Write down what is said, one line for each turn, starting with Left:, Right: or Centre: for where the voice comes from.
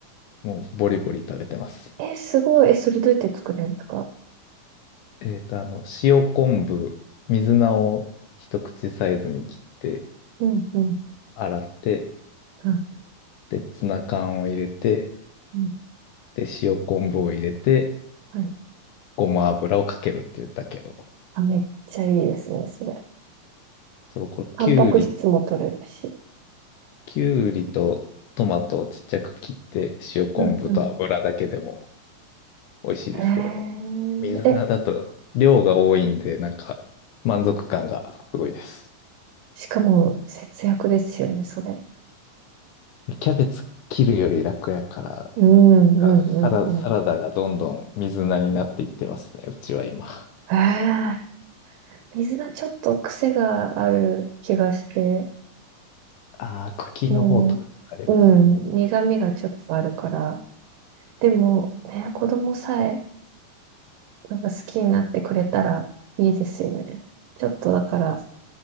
Left: もうボリボリ食べてます。
Right: え、すごい。え、それどうやって作れるんですか
Left: えっと、あの、塩昆布、水菜を一口サイズに切って
Right: うん、うん、
Left: 洗って、
Right: うん。
Left: で、ツナ缶を入れて、
Right: うん
Left: で、塩昆布を入れて、
Right: はい。
Left: ごま油をかけるって言ったけど、
Right: あ、めっちゃいいですね、それ。
Left: そう、これ、
Right: タンパク質も取れるし。
Left: きゅうり、きゅうりとトマトをちっちゃく切って、塩昆布と油だけでも
Right: うんうん。
Left: 美味しいですけどね。
Right: へ
Left: 水菜だと量が多いんで、
Right: え。え、
Left: なんか満足感がすごいです。
Right: しかも節約ですよね、それ。
Left: キャベツ切るより楽やから、
Right: うんうんうんうん。
Left: サラ、サラダがどんどん水菜になっていってますね、うちは今。
Right: へえ。水菜ちょっと癖がある気がして、
Left: ああ、茎の方とかありますね。
Right: うん、うん、苦味がちょっとあるから。でも、ね、子供さえなんか好きになってくれたらいいですよね。ちょっとだから、